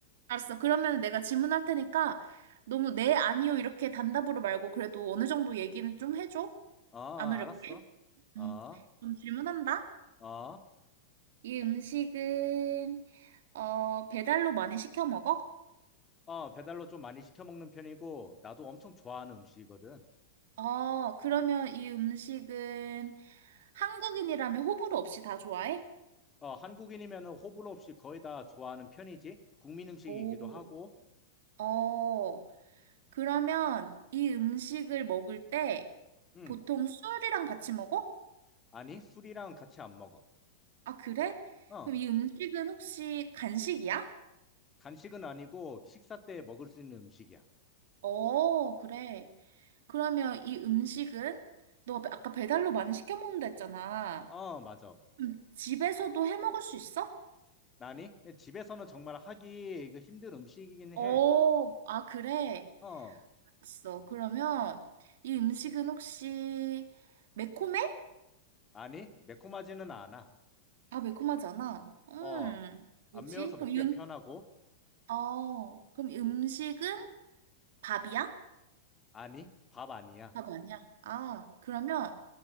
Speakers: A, on the right; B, on the left.
A: 알았어. 그러면 내가 질문할 테니까 너무 네, 아니요 이렇게 단답으로 말고 그래도 어느 정도 얘기는 좀 해줘.
B: 어,
A: 안 어렵게.
B: 알았어. 어,
A: 음. 그럼 질문한다.
B: 어,
A: 이 음식은 어, 배달로 많이 시켜 먹어?
B: 어, 배달로 좀 많이 시켜 먹는 편이고, 나도 엄청 좋아하는 음식이거든.
A: 어, 그러면 이 음식은 한국인이라면 호불호 없이 다 좋아해?
B: 어, 한국인이면 호불호 없이 거의 다 좋아하는 편이지. 국민 음식이기도
A: 오.
B: 하고,
A: 어, 그러면 이 음식을 먹을 때
B: 음,
A: 보통 술이랑 같이 먹어?
B: 아니, 술이랑 같이 안 먹어.
A: 아, 그래?
B: 어,
A: 그럼 이 음식은 혹시 간식이야?
B: 간식은 아니고, 식사 때 먹을 수 있는 음식이야.
A: 어, 그래. 그러면 이 음식은 너 아까 배달로 많이 시켜 먹는다 했잖아.
B: 어, 맞아.
A: 그럼 집에서도 해 먹을 수 있어?
B: 아니, 집에서는 정말 하기 그 힘든 음식이긴 해.
A: 어, 아, 그래.
B: 어,
A: 있어. 그러면 이 음식은 혹시 매콤해?
B: 아니, 매콤하지는 않아.
A: 아, 매콤하지 않아 음,
B: 어,
A: 뭐지?
B: 안 매워서 먹기가
A: 그럼 이 음,
B: 편하고,
A: 어, 그럼 이 음식은 밥이야?
B: 아니, 밥 아니야.
A: 밥 어, 아니야? 아,
B: 어,
A: 그러면